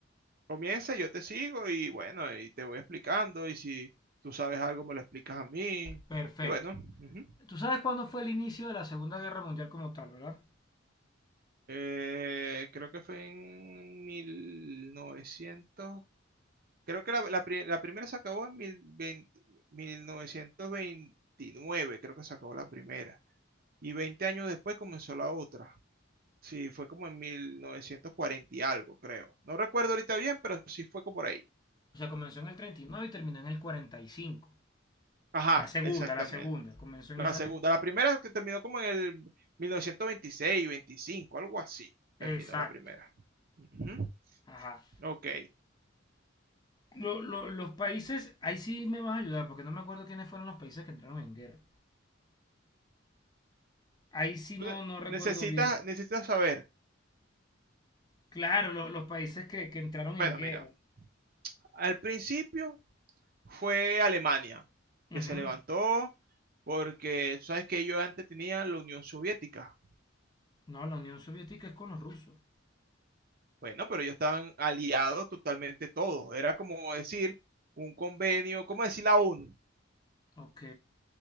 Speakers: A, on the right; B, on the left.
A: Comienza, yo te sigo y bueno, y te voy explicando. Y si tú sabes algo, me lo explicas a mí.
B: perfecto.
A: Y bueno, ujú.
B: Tú sabes cuándo fue el inicio de la Segunda Guerra Mundial como tal, ¿verdad?
A: Eh, creo que fue en mil novecientos Creo que la, la pri- la primera se acabó en mil, vein- 1929, creo que se acabó la primera. Y 20 años después comenzó la otra. Sí, fue como en 1940 y algo, creo. No recuerdo ahorita bien, pero sí fue como por ahí.
B: O sea, comenzó en el treinta y nueve y terminó en el 45.
A: Ajá,
B: La segunda,
A: exactamente.
B: la segunda, comenzó en
A: La
B: esa
A: segunda,
B: época.
A: la primera que terminó como en el 1926, 25, algo así. Terminó
B: Exacto.
A: la primera. Ujú,
B: Ajá.
A: Ok.
B: Lo- lo- los países, ahí sí me vas a ayudar, porque no me acuerdo quiénes fueron los países que entraron en guerra. Ahí sí no,
A: Ne-
B: no recuerdo
A: Necesitas,
B: bien.
A: necesitas saber.
B: Claro, lo- los países que, que entraron
A: Bueno,
B: en guerra.
A: mira, al principio fue Alemania,
B: Ujú.
A: que se levantó porque, tú sabes que ellos antes tenían la Unión Soviética.
B: No, la Unión Soviética es con los rusos.
A: Bueno, pero ellos estaban aliados totalmente todos. Era como decir un convenio, como decir la ONU,
B: Ok,